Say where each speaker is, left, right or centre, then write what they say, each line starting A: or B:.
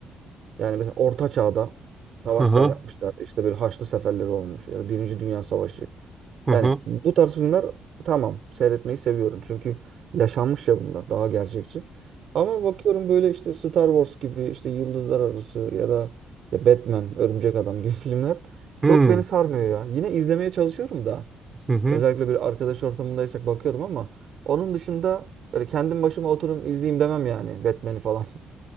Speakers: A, on the right (about 65°); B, on the right (about 25°).
A: Yani mesela Orta Çağ'da savaşlar
B: Aha.
A: yapmışlar. İşte böyle Haçlı Seferleri olmuş ya da Birinci Dünya Savaşı.
B: Aha.
A: Yani bu tarz filmler tamam seyretmeyi seviyorum. Çünkü yaşanmış ya bunlar daha gerçekçi. Ama bakıyorum böyle işte Star Wars gibi işte Yıldızlar Arası ya da işte Batman, Örümcek Adam gibi <laughs> filmler çok
B: Hı.
A: beni sarmıyor ya. Yine izlemeye çalışıyorum da.
B: Hı hı.
A: Özellikle bir arkadaş ortamındaysak bakıyorum ama onun dışında böyle kendim başıma oturup izleyeyim demem yani Batman'i falan. <laughs>